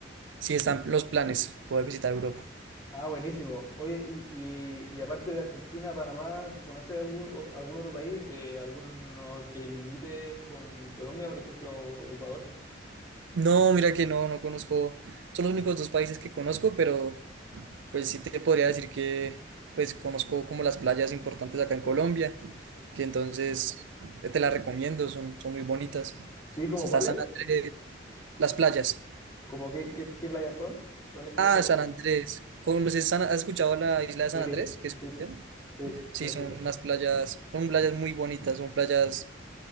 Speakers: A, on the right; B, on the left.
A: sí están los planes poder visitar Europa.
B: ah, buenísimo. Oye, y, y, y aparte de Argentina, Panamá, ¿conoces algún, o- algún otro país? Eh, ¿alguno que limite con Colombia, por ejemplo, Ecuador?
A: No, mira que no, no conozco, son los únicos dos países que conozco, pero pues sí te podría decir que pues conozco como las playas importantes acá en Colombia, que entonces eh, te las recomiendo, son, son muy bonitas. O
B: Sí, ¿como
A: sea,
B: cuáles?
A: Están entre las playas.
B: ¿Como qué, qué, qué playas son? ¿Cuáles, cómo
A: Ah,
B: se llaman?
A: San Andrés. ¿Conoces San- ¿Has escuchado la isla de
B: Sí,
A: San Andrés, que es
B: sí,
A: colombiana?
B: sí, sí,
A: Sí,
B: sí lo
A: son
B: escucho.
A: unas playas, son playas muy bonitas, son playas,